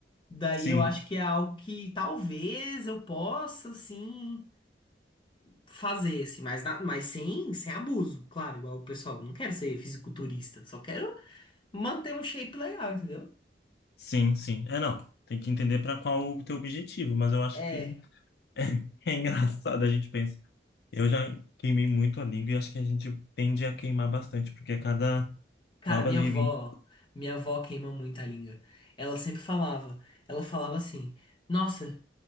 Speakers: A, on the left; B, on the left.
A: Daí
B: sim.
A: eu acho que é algo que talvez eu possa, assim, fazer, assim, mas, na- mas sem, sem abuso, claro, igual o pessoal, não quero ser fisiculturista, só quero manter um shape legal, entendeu?
B: Sim, sim. É, não. Tem que entender para qual o teu objetivo, mas eu acho
A: É.
B: que é <laughs> engraçado a gente pensa. Eu já queimei muito a língua e acho que a gente tende a queimar bastante, porque a cada
A: Cara,
B: novas
A: minha
B: vivências.
A: avó, minha avó queima muito a língua. Ela sempre falava, ela falava assim: "Nossa,